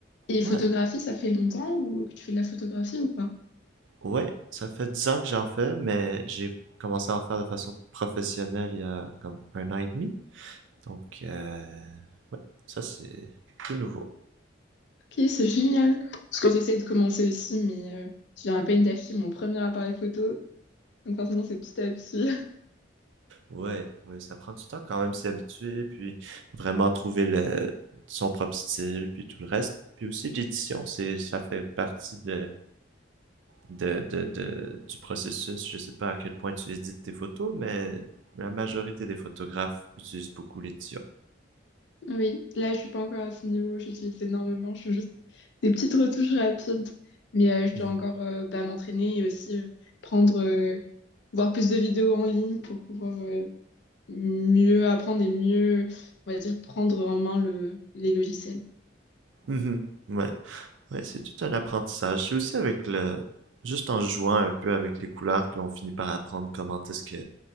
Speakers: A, on the left; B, on the right.
A: Et photographie,
B: ouais,
A: ça fait longtemps ou que tu fais de la photographie ou pas?
B: ouais, ça fait dix ans que j'en fais, mais j'ai commencé à en faire de façon professionnelle il y a comme un an et demi. Donc, euh, ouais, ça c'est tout nouveau.
A: Ok, c'est génial. Parce que j'essaie de commencer aussi, mais euh, je viens à peine d'acheter mon premier appareil photo. Donc forcément, c'est petit à petit.
B: Ouais, ouais, ça prend du temps quand même s'y habituer, puis vraiment trouver le son propre style, puis tout le reste. Puis aussi l'édition, c'est ça fait partie de, de, de, de- du processus. Je sais pas à quel point tu édites tes photos, mais la majorité des photographes utilisent beaucoup l'édition.
A: Oui, là, je suis pas encore à ce niveau. J'utilise énormément. Je fais juste des petites retouches rapides. Mais euh, je
B: Mhm.
A: dois encore euh, bah, m'entraîner et aussi euh, prendre, euh, voir plus de vidéos en ligne pour pouvoir euh, mieux apprendre et mieux, on va dire, prendre en main le, les logiciels.
B: Mhm. Ouais, ouais, c'est tout un apprentissage. C'est aussi avec le, juste en jouant un peu avec les couleurs qu'on finit par apprendre comment est-ce que,